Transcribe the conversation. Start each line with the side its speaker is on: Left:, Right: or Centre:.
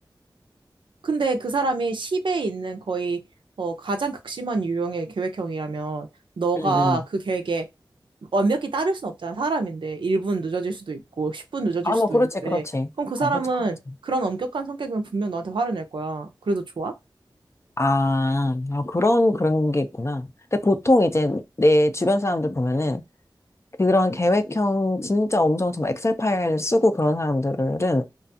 Right: 근데 그 사람이 10에 있는 거의 어, 가장 극심한 유형의 계획형이라면 너가
Left: 응, 응.
Right: 그 계획에 완벽히 따를 순 없잖아. 사람인데 1분 늦어질 수도 있고 10분 늦어질
Left: 아,
Right: 수도
Left: 뭐, 그렇지,
Right: 있는데
Left: 그렇지.
Right: 그럼 그 사람은
Left: 어, 그렇지, 그렇지.
Right: 그런 엄격한 성격이면 분명 너한테 화를 낼 거야. 그래도 좋아?
Left: 아, 아, 그런, 그런 게 있구나. 근데 보통 이제 내 주변 사람들 보면은 그런 계획형 진짜 엄청 정말 엑셀 파일 쓰고 그런 사람들은